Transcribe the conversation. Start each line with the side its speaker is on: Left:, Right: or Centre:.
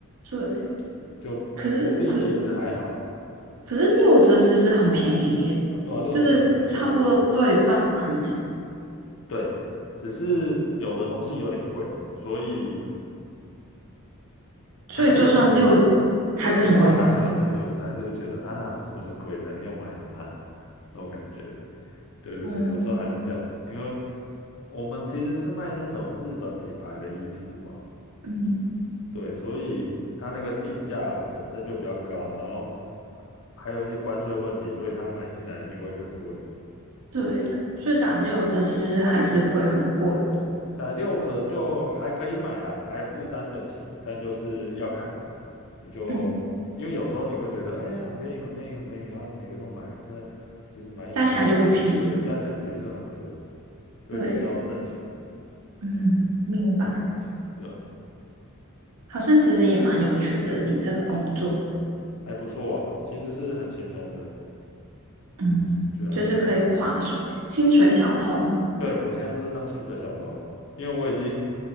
Right: 对。
Left: 就福利其实还好，
Right: 可是可可是六折其实很便宜耶，
Left: 呃，对啊，六折还不错，
Right: 就是差不多对半呢，
Left: 对，只是有的东西有点贵，所以 <laughs> 打六折
Right: 所以就算六还是很贵。
Left: 有有时候打六折，有时候还是会觉得啊，怎么这么贵？这样要买吗？<laughs> 这种感觉。对对对，
Right: 哦，
Left: 有时候还是这样子，因为我们其实是卖那种日本品牌的衣服啊，
Right: 嗯
Left: 对，所以它那个定价本身就比较高，然后还有一些关税问题，所以它买进来一定会更贵。
Right: 对，所以打六折其实还是会很贵，
Left: 对打六折就还可以买啦，还负担得起，但就是要看，你就因为有时候你会觉得，
Right: 嗯，
Left: 哎、很便宜，很便宜，很便宜，然后每个都买，那其实买一买加起来，
Right: 加起来就不便宜。
Left: 对对，加起来也是很多，所以就是要慎选，
Right: 对，嗯，明白。
Left: 对啊，对啊，
Right: 好像其实也蛮有趣的，你这个工作，
Left: 还不错啊，其实是很轻松的，
Right: 嗯，
Left: 我觉得还不错。
Right: 就是可以划水，薪水小偷。
Left: 对，我现在都是当薪水小偷，因为我已经